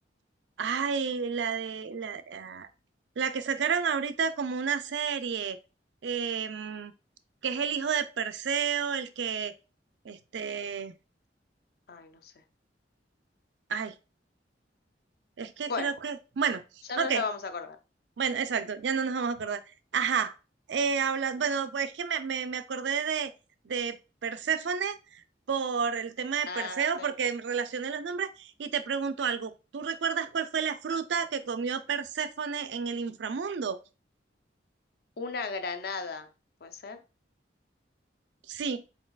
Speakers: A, on the right; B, on the left.
A: ay, la de la, ah, la que sacaron ahorita como una serie, eh, mm, que es el hijo
B: Mm,
A: de Perseo, el que este,
B: Ay, no sé.
A: ay, es que
B: Bueno,
A: creo que, bueno,
B: ya nos
A: ok,
B: lo vamos a acordar.
A: Bueno, exacto, ya no nos vamos a acordar. Ajá, eh, habla, bueno, pues es que me, me, me acordé de, de Perséfone por el tema de
B: Ah,
A: Perseo,
B: sí.
A: porque relacioné los nombres y te pregunto algo. ¿Tú recuerdas cuál fue la fruta que comió Perséfone en el inframundo?
B: Una granada, ¿puede ser?
A: Sí,